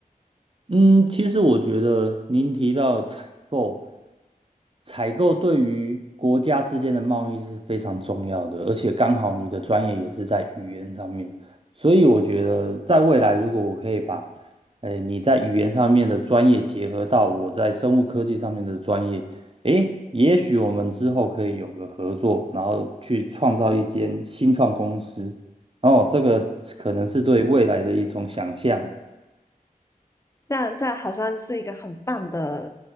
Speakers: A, on the right (about 40°); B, on the left (about 20°).
A: 嗯，其实我觉得您提到采购，采购对于国家之间的贸易是非常重要的，而且刚好你的专业也是在语言上面，所以我觉得在未来如果我可以把，哎，你在语言上面的专业结合到我在生物科技上面的专业，哎，也许我们之后可以有个合作，然后去创造一间新创公司，然后这个可能是对未来的一种想象。
B: 那这好像是一个很棒的